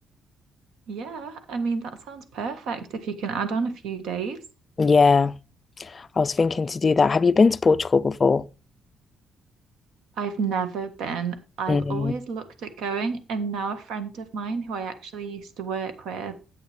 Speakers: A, on the right (about 85°); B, on the left (about 30°).
A: Yeah, I mean that sounds perfect if you can add on a few days.
B: Yeah, I was thinking to do that. Have you been to Portugal before?
A: I've never been. I've
B: Mm.
A: always looked at going, and now a friend of mine who I actually used to work with,